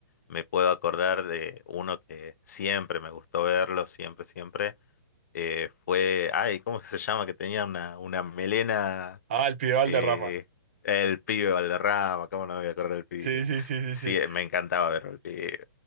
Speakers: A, on the left; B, on the right.
A: me puedo acordar de uno que siempre me gustó verlo, siempre, siempre. eh, fue, ay, ¿cómo es que se llama? Que tenía una, una melena
B: Ah, el pibe Valderrama.
A: y el pibe Valderrama, cómo no me voy a acordar del pibe.
B: Sí, sí, sí, sí,
A: Sí,
B: sí.
A: eh, me encantaba ver el pibe.